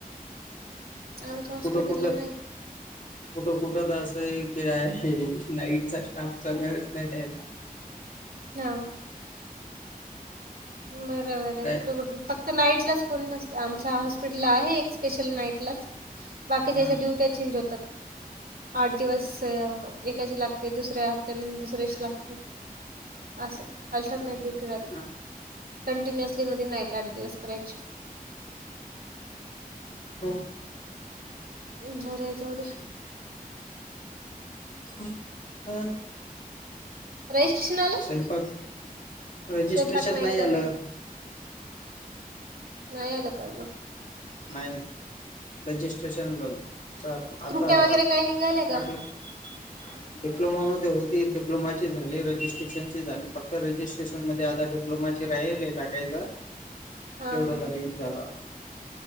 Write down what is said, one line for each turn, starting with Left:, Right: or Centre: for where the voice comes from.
Right: आमच्या
Left: कुठं
Right: हॉस्पिटलला
Left: कुठं
Right: नाही
Left: कुठं कुठ तर असं आहे कि नाईटचा स्टाफचा वेळच नाही द्यायला.
Right: हा. बरं बरं
Left: काय
Right: कुठ कुठ. फक्त नाईटलाच कोणी नसतं आमच्या हॉस्पिटलला आहे एक स्पेशल नाईटलाच बाकी ज्यांच्या
Left: हा
Right: ड्युटी चेंज होतात. आठ दिवस एकाशी लागते दुसऱ्या हप्त्या दुसऱ्याशी लागते. अस आल्टर्नेट ड्यटी राहते.
Left: ह.
Right: कंटिन्युअसली मध्ये नाईट आठ दिवस करायची.
Left: हो.
Right: <unintelligible> जाऊ द्या
Left: हम हम
Right: रजिस्ट्रेशन आलं
Left: स्वयंपाक रजिस्ट्रेशन
Right: स्वयंपाक
Left: नाही
Right: करणार
Left: आलं
Right: नाही आला काजं
Left: नाही रेजिस्ट्रेशन <unintelligible> आता
Right: त्रुट्या वगैरे काही निघाल्या
Left: कालं.
Right: का
Left: <unintelligible> डिप्लोमा मध्ये होती डिप्लोमाची झाली, रजिस्ट्रेशन ची झाली, फक्त रजिस्ट्रेशन मध्ये आता िप्लोमाची रा आहेल टाकायच तेवढं
Right: हा हा
Left: झा झाला.